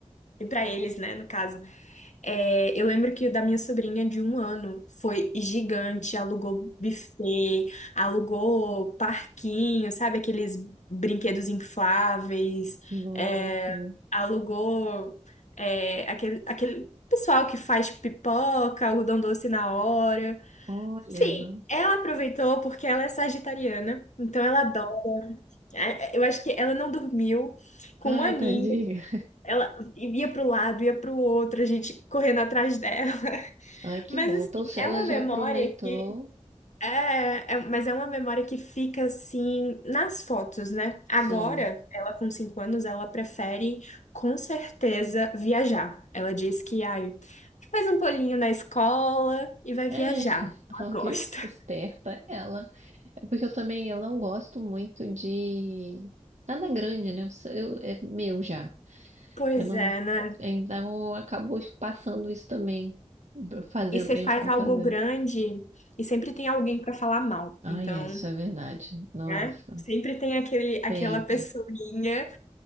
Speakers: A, on the left (about 85°); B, on the right (about 75°).
A: E pra eles, né, no caso. É, eu lembro que o da minha sobrinha de um ano foi gigante, alugou buffet, alugou parquinho, sabe? Aqueles brinquedos infláveis,
B: Nossa,
A: é, alugou é, aquele, aquele pessoal que faz pipoca, algodão doce na hora.
B: olha,
A: Sim,
B: não.
A: ela aproveitou porque ela é sagitariana, então ela adora. É, é, Eu acho que ela não dormiu com
B: Ai,
A: um aninho,
B: tadinha.
A: ela ia pro lado, ia pro outro, a gente correndo atrás dela.
B: Ai, que
A: Mas
B: bom.
A: assim,
B: Então, se
A: é
B: ela
A: uma
B: já
A: memória
B: aproveitou,
A: que é, é- mas é uma memória que fica assim nas fotos, né? Agora,
B: sim.
A: ela com cinco anos, ela prefere com certeza viajar. Ela diz que ai, faz um polinho na escola e vai
B: É,
A: viajar.
B: <laughs>
A: Ela
B: ó,
A: gosta.
B: viu? Esperta ela. É porque eu também eu não gosto muito de nada grande, né? Eu, é meu já.
A: Pois
B: Eu não.
A: é, né?
B: Então acabou passando isso também, fazendo,
A: E você
B: eu
A: faz
B: vou
A: algo
B: fazer.
A: grande e sempre tem alguém pra falar mal.
B: Ai,
A: Então,
B: é isso é verdade. Nossa,
A: né? Sempre tem aquele, aquela
B: sempre.
A: pessoinha